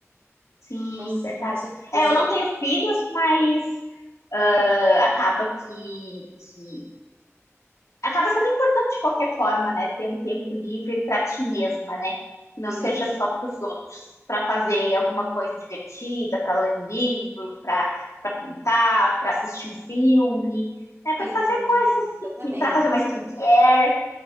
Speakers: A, on the left; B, on the right.
A: sim,
B: Não, s-
A: verdade.
B: não sei se você
A: É, eu não tenho filhos, mas ah, acaba que, que- acaba sendo importante de qualquer forma, né? Ter um tempo livre para ti mesma, né? Que não
B: sim,
A: seja
B: exa-
A: só para os outros, para fazer alguma coisa divertida, para ler um livro, para para pintar, para assistir um filme, né? Para
B: sim,
A: fazer coisas assim,
B: exatamente.
A: que para fazer uma skincare,